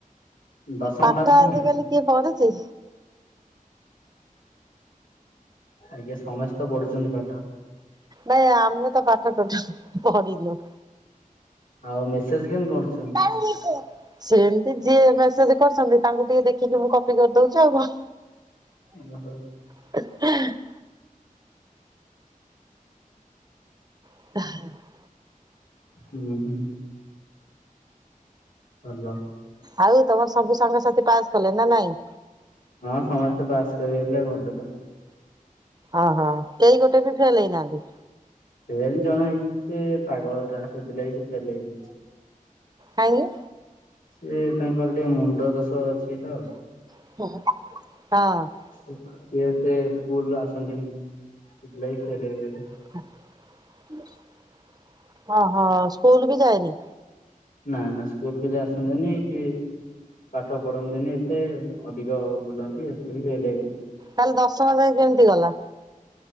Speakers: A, on the left; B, on the right.
A: ଦଶମ
B: ପାଠ
A: ପାସ୍ କଲୁଣି?
B: ଆଜିକାଲି କିଏ ପଢୁଛି?
A: ଆଜ୍ଞା ସମସ୍ତେ ତ ପଢୁଛନ୍ତି ପାଠ।
B: ଭାଇ ଆମେ ତ ପାଠ ଟୋଟାଲି ପଢିନଉ।
A: ଆଉ ମେସେଜ କେମିତି କରୁଛନ୍ତି?
B: <unintelligible> ସେମିତି ଯିଏ ମେସେଜ କରୁଚନ୍ତି ତାଙ୍କୁ ଟିକେ ଦେଖିକି ମୁଁ କପି କରିଦଉଚି ଆଉ କଣ?
A: <unintelligible>
B: <inaudible> <inaudible>
A: ହୁଁ ହୁଁ। ହାଲୋ।
B: ଆଉ ତମର ସବୁ ସାଙ୍ଗ ସାଥି ପାସ୍ କଲେ ନା ନାଇଁ।
A: ହଁ ସମସ୍ତେ ପାସ୍ କରିଲେ ଭଲ ହେଲା।
B: ଅ ହ କେଇ ଗୋଟେ ବି ଫେଲ୍ ହେଇ ନାହାନ୍ତି।
A: ଫେଲ୍ ଜଣେ ହେଇଛି ସେ ପାଗଳ ଟା ସେଥିଲାଗି ସେ ଫେଲ ହେଇଛି।
B: କାହିଁକି?
A: ସିଏ ତାଙ୍କର ଟିକେ ମୁଣ୍ଡ ଦୋଷ ଅଛି ତ।
B: ହଁ।
A: ସିଏ ଏତେ ସ୍କୁଲ୍ ଆସନ୍ତିନି ସେଥିଲାଗି ଫେଲ୍ ହେଇ ଗଲେ।
B: <inaudible> ଓହୋ ସ୍କୁଲ୍ ବି ଯାଏନି।
A: ନା ନା ସ୍କୁଲକୁ ଆସନ୍ତିନି କି ପାଠ ପଢନ୍ତିନି ଏତେ ଅଧିକ ବୁଲନ୍ତି ହେଥିଲାଗି ଫେଲ୍ ହେଇଗଲେ।
B: ତାହେଲେ ଦଶମ ଯାଏଁ କେମିତି ଗଲା?